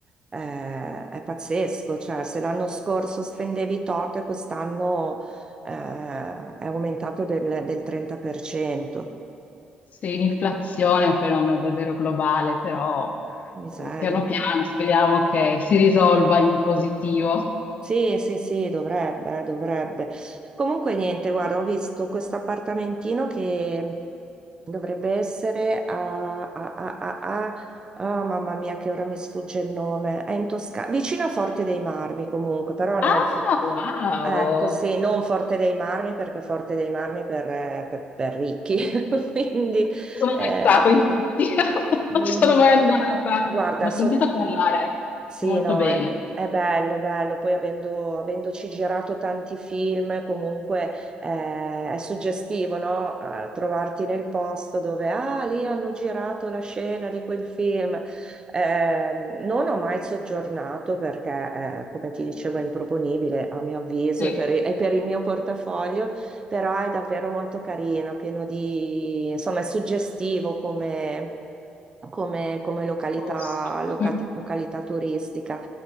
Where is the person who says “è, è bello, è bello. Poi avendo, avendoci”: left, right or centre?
Right